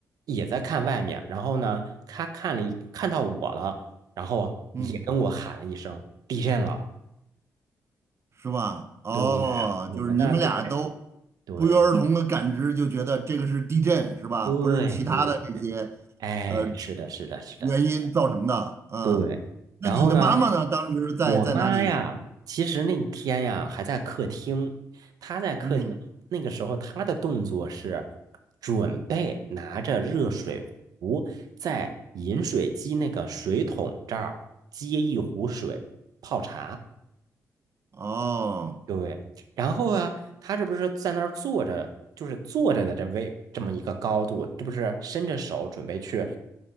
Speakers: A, on the right; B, on the right.
A: 也在看外面，然后呢，他看了一看到我了，然后也跟我喊了一声地震了。
B: 嗯，是吧？哦，
A: 对，我们呢就开始。
B: 就是你们俩都
A: 对
B: 不约而同的感知，就觉得这个是地震是吧？
A: 对对对，
B: 不是其他的这些，
A: 哎，
B: 呃
A: 是的，是的，是的，
B: 原因造成的，嗯，
A: 对。
B: 那你的妈妈呢？
A: 然后呢，
B: 当时在在哪里？
A: 我妈呀，其实那天呀还在客厅，她在客厅那个时候，
B: 嗯，
A: 她的动作是准备拿着热水壶在饮水机那个水桶这儿接一壶水泡茶。
B: 哦，
A: 对，然后啊，他这不是在那儿坐着，就是坐着的这位这么一个高度，这不是伸着手准备去